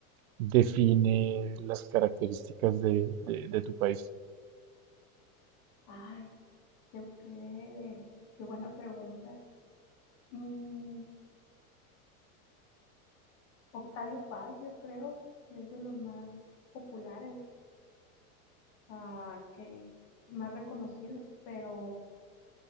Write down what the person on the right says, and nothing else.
define las características de, de- de tu país?